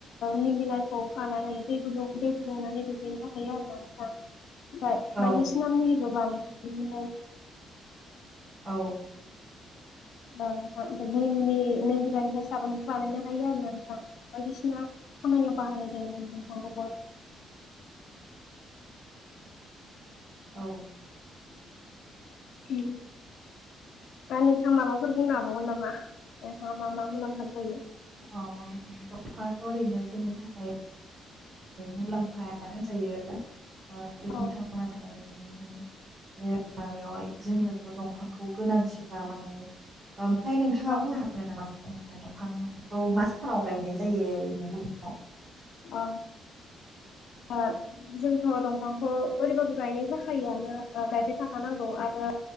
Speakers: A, on the left (about 75°); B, on the right (about 50°).
A: निम बिलाइखौ खानानै दै गुदुं दै फुदुंनानै दुगैनोबो हायो आरोना ओमफ्राय
B: औ
A: बायदिसिना मुुलि बो बिदिनो
B: औ।
A: ओम नोंथां निमनि निम बिलायनिफ्राय साबोनखौ बानायनो हायो आरोना नोंथां। बायदिसिना खामानियाव बाहायनाय जायो निम दंफांखौबो। <inaudible>
B: औ।
A: <inaudible> दा नोंथां माबाफोर बुंनोहाबावगोन नामा दंफाङा मा मा मुलाम्फा जायो?
B: अ दंफाङाथ' ओरैनो जोंनि थाखाय मुलाम्फायानो होनजायो ओ जोंनि
A: औ
B: थांना थानायनि माबायावहाय जोंनोथ' दंफांखौ गोनांथिखा माने। ओमफ्राय नोंथाङा
A: औ
B: बुंनो हागोन नामा <unintelligible> दंफांखौ मा सानाव गायनाय जायो ओरैनो बुहुमाव?
A: अ <unintelligible> जोंथ' दंफांखौ ओरैबाबो गायनाय जाखायोआनो ओ गायबाय थाखानांगौ आरो